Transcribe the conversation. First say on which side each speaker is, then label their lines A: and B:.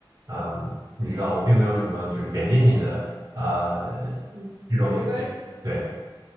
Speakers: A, on the right (about 45°); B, on the right (about 75°).
A: 嗯，你知道，我并没有什么就是贬低你的，呃，这种，
B: 没关系
A: 对。